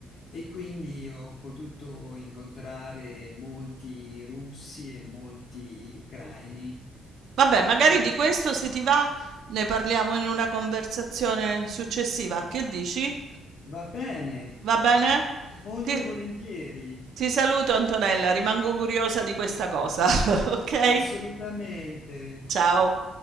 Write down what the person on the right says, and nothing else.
Vabbè, magari
di questo se ti va ne parliamo in una conversazione successiva. Che dici?
Va bene?
Ti
ti saluto Antonella, rimango curiosa di questa cosa, <laughs> okay?
Ciao.